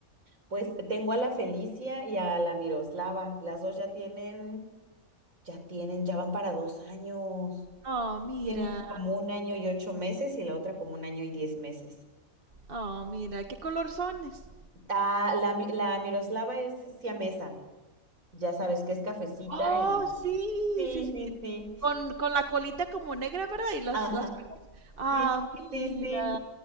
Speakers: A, on the right (about 70°); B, on the right (about 40°).
A: Pues eh, tengo a la Felicia y a la Miroslava. Las dos ya tienen, ya tienen, ya van para dos años.
B: Oh, mira.
A: Tienen como un año y ocho meses y la otra como un año y diez meses.
B: Oh, mira, qué color sones.
A: Ah, la, Mi- la Miroslava es siamesa. Ya sabes que es cafecita
B: Oh,
A: y...
B: sí,
A: Sí,
B: sí, sí.
A: sí, sí.
B: Con, con la colita como negra, ¿verdad? Y las,
A: Ajá.
B: las orejas. Ah,
A: Sí, sí,
B: mira.
A: sí.